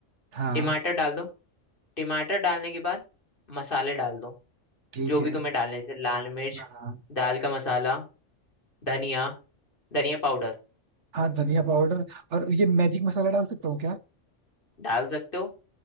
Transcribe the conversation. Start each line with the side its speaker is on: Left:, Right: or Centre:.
Right: हाँ
Left: टमाटर डाल दो टमाटर डालने के बाद मसाले डाल दो
Right: ठीक
Left: जो भी
Right: है
Left: तुम्हें डालने जैसे लाल मिर्च
Right: हाँ
Left: दाल का मसाला धनिया धनिया पाउडर
Right: हाँ धनिया पाउडर और ये मैजिक मसाला डाल सकता हूँ क्या
Left: डाल सकते हो